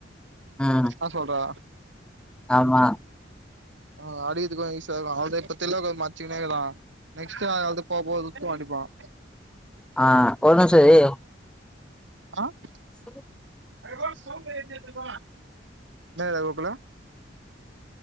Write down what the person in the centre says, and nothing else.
ம்
ஆமா
ஆஹ் ஒரு நிமிஷம் ஏய்
செரி